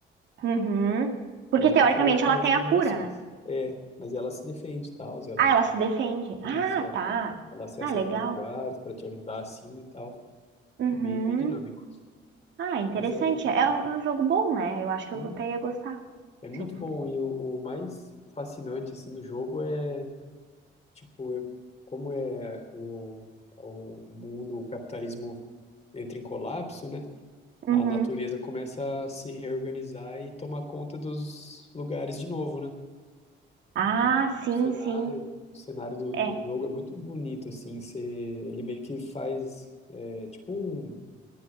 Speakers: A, on the right (about 65°); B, on the left (about 35°).
A: Uhum. Porque
B: Mas
A: teoricamente
B: ela, ela faz
A: ela tem
B: umas
A: a cura,
B: ações.
A: né?
B: É, mas ela se defende e tal, e ela.
A: Ah, ela se defende.
B: Isso,
A: Ah,
B: é.
A: tá.
B: Ela acessa
A: Ah, legal.
B: alguns lugares para te ajudar assim e tal.
A: Uhum.
B: É bem, bem dinâmico.
A: Ah, interessante.
B: Mas é,
A: É um, é um jogo bom, né? Eu acho que
B: e
A: eu até ia gostar.
B: é muito
A: Se eu-
B: bom. E o, o mais fascinante assim do jogo é, tipo, é- como é o, o mundo, o capitalismo entra em colapso, né?
A: Uhum.
B: A natureza começa a se reorganizar e tomar conta dos lugares de novo, né?
A: Ah,
B: E
A: sim,
B: o cenário,
A: sim.
B: o cenário do,
A: É.
B: do jogo é muito bonito, assim, você, ele meio que faz, é, tipo um